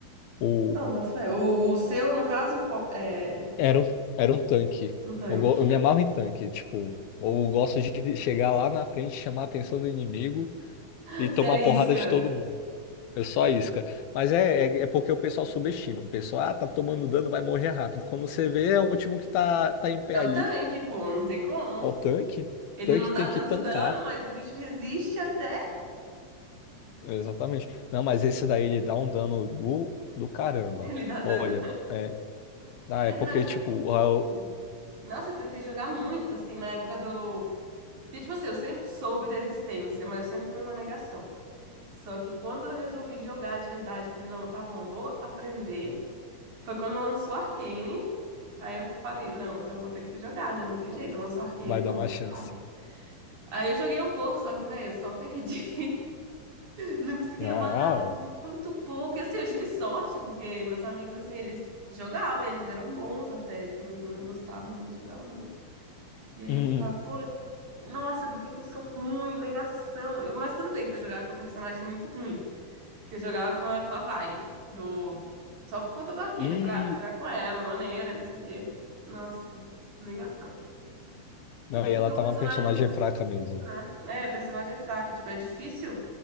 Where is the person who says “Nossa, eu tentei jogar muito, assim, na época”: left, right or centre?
Right